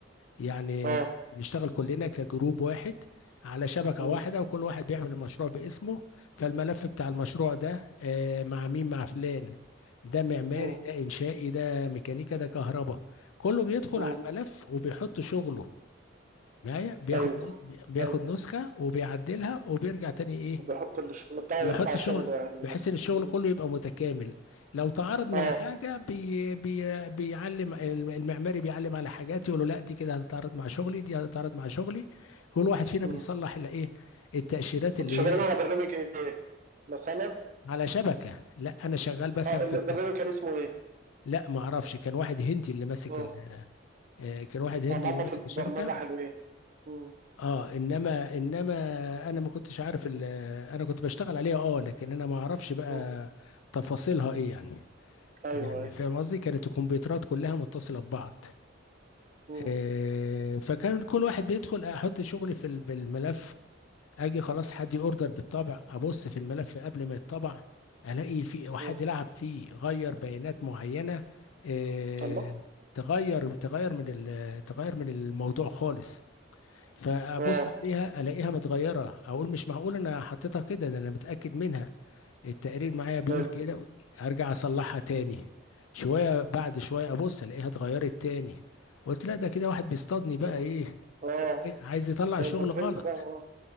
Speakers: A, on the left; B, on the right.
A: يعني
B: اه
A: نشتغل كلنا كجروب واحد على شبكة
B: مم.
A: واحدة وكل واحد بيعمل المشروع باسمه فالملف بتاع المشروع ده آه، مع مين مع فلان ده معماري
B: مم.
A: ده إنشائي ده ميكانيكا ده كهرباء كله بيدخل
B: مم.
A: على الملف وبيحط شغله معايا بياخد
B: ايوه
A: نس- بياخد
B: ايوه
A: نسخة وبيعدلها وبيرجع تاني ايه
B: وبيحط الشغل بتاعه
A: يحط
B: ويرفع
A: شغل
B: شغله يعني ولا
A: بحيث ان الشغل
B: مم.
A: كله يبقى متكامل لو تعارض مع
B: اه
A: حاجه بي بي بيعلم المعماري بيعلم على حاجات يقول له لا دي كده هتتعارض مع شغلي دي هتتعارض مع شغلي كل واحد فينا
B: مم.
A: بيصلح اللي ايه التأشيرات
B: كنت
A: اللي
B: شغالين
A: هي
B: على برنامج ايه بس انا
A: على شبكه لا انا شغال مثلا
B: اه
A: في
B: البرنامج
A: التص
B: كان اسمه ايه
A: لا ما اعرفش كان واحد هندي اللي ماسك
B: اه
A: ال... آه، كان واحد هندي
B: اه ماما
A: اللي ماسك
B: في البرمجة
A: الشبكه
B: حلوين مم.
A: اه انما انما انا ما كنتش عارف ال... انا كنت بشتغل عليها اه لكن انا ما اعرفش بقى
B: مم.
A: تفاصيلها ايه يعني
B: ايوه
A: يعني
B: ايوه
A: فاهم قصدي كانت الكمبيوترات كلها متصلة ببعض
B: مم.
A: آه، فكان كل واحد بيدخل احط شغلي في ال- في الملف اجي خلاص حد اوردر بالطبع ابص في الملف قبل ما يتطبع الاقي في واحد
B: مم.
A: لعب فيه غير بيانات معينة آه،
B: الله
A: تغير تغير من ال- تغير من الموضوع خالص فابص
B: اه
A: عليها الاقيها متغيرة اقول مش معقول انا حطيتها كده ده انا متأكد منها التقرير معايا بيقول
B: ايوه
A: كده ارجع اصلحها تاني شويه بعد شويه ابص الاقيها اتغيرت تاني قلت لا ده كده واحد بيصطادني بقى
B: اه
A: ايه
B: آه.
A: إيه، عايز يطلع الشغل
B: لا انت فهمت
A: غلط
B: بقى اه